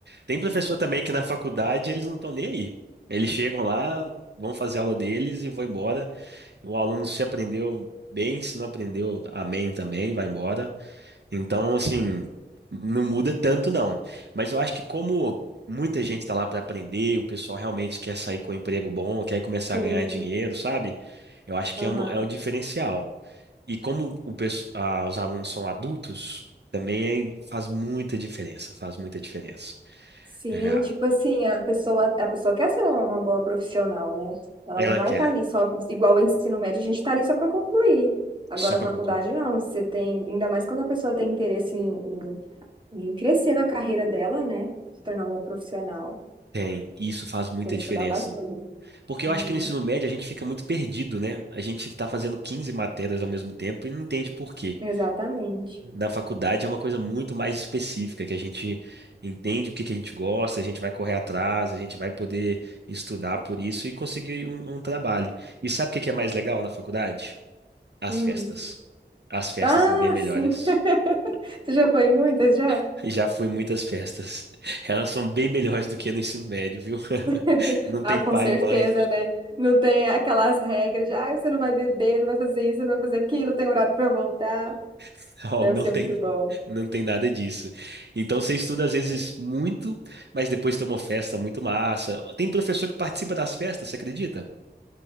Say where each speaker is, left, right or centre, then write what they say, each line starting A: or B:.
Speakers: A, on the right; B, on the right.
A: Tem professor também que na faculdade eles não estão nem aí. Eles chegam lá, vão fazer a aula deles e vão embora. O aluno se aprendeu bem, se não aprendeu, amém também, vai embora. Então, assim, não muda tanto, não. Mas eu acho que como muita gente está lá para aprender, o pessoal realmente quer sair com um emprego bom, quer começar
B: Sim.
A: a ganhar dinheiro, sabe? Eu acho que
B: Aham.
A: é, uma, é um diferencial. E como o, pesso- ah, os alunos são adultos, também é, faz muita diferença, faz muita diferença.
B: Sim,
A: É,
B: tipo assim, a pessoa, a pessoa quer ser uma boa profissional, né? Ela
A: ela
B: não vai
A: quer,
B: estar ali só, igual o ensino médio, a gente está ali só para concluir. Agora,
A: só para
B: a faculdade
A: concluir.
B: não, você tem, ainda mais quando a pessoa tem interesse em, em, em crescer na carreira dela, né? Se tornar uma profissional,
A: Tem, e isso faz muita
B: tem que
A: diferença.
B: estudar bastante.
A: Porque
B: Uhum.
A: eu acho que no ensino médio a gente fica muito perdido, né? A gente está fazendo 15 matérias ao mesmo tempo e não entende por quê.
B: Exatamente.
A: Na faculdade é uma coisa muito mais específica, que a gente entende o que que a gente gosta, a gente vai correr atrás, a gente vai poder estudar por isso e conseguir um, um trabalho. E sabe o que que é mais legal na faculdade? As
B: Hum.
A: festas. As festas
B: Ah,
A: são bem melhores.
B: sim, <laughs> você já foi em muitas já?
A: <laughs> Já fui em muitas festas. <laughs> Elas são bem melhores do que no ensino médio, viu?
B: <laughs>
A: <laughs> Não tem
B: Ah, com
A: pai
B: certeza,
A: e mãe,
B: né? Não tem aquelas regras de, ah, você não vai beber, não vai fazer isso, não vai fazer aquilo, tem horário para voltar.
A: <laughs> não,
B: Deve
A: não
B: ser
A: tem,
B: muito bom.
A: não tem nada disso. Então você estuda às vezes muito, mas depois tem uma festa muito massa. Tem professor que participa das festas, você acredita?